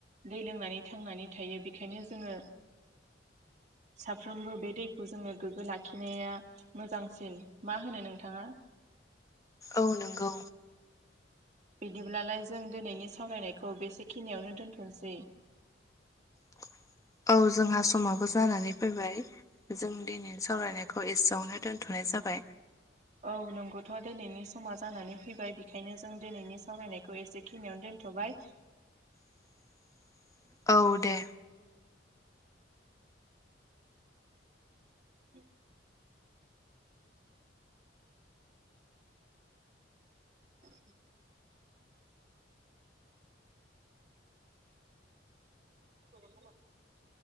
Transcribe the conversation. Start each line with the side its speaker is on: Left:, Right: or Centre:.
Right: दै लोंनानै थांनानै थायो बेखायनो जोङो साफ्रोमबो बे दै खौ जोंनो गोग्गो लाखिनाया मोजांसिन मा होनो नोंथाङा
Left: औ नोंगौ
Right: बिदिब्लालाय जों दिनैनि सावरायनायखौ बेसेखिनियावनो दोनथ'सै
Left: <inaudible> औ जोंहा समाबो जानानै फैबाय जों दिनै सावरायनायखौ एसेयावनो दोनथ'नाय जाबाय
Right: औ नोंगौथ' दिनैनि समा जानानै फैबाय बेखायनो जों दिनैनि सावरायनायखौ एसे खिनियाव दोन थ'बाय
Left: <unintelligible> औ दे
Right: उम औ <inaudible> <unintelligible>